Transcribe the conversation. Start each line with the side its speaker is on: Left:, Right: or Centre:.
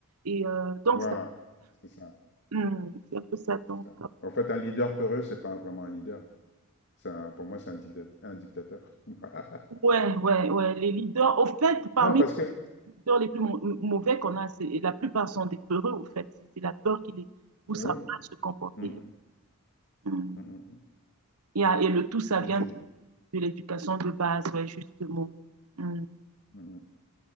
Right: Et euh, donc,
Left: Voilà,
Right: c'est
Left: c'est ça,
Right: hum, c'est un peu ça. Donc,
Left: c'est ça.
Right: euh,
Left: En fait, un leader peureux, c'est pas vraiment un leader. C'est un- pour moi, c'est un dictat- un dictateur. <laughs> Voilà.
Right: ouais, ouais, ouais. Les leaders, au fait, parmi
Left: Non, parce que...
Right: peurs les plus mauvais qu'on a, c'est- et la plupart sont des peureux, au fait. C'est la peur qui les pousse
Left: Mais oui.
Right: à se comporter.
Left: Mm, mm,
Right: Mm.
Left: mm, mm, mm.
Right: Et, à- et le tout, ça
Left: Ok.
Right: vient de l'éducation de base, ouais, justement. Mm.
Left: Mm, mm.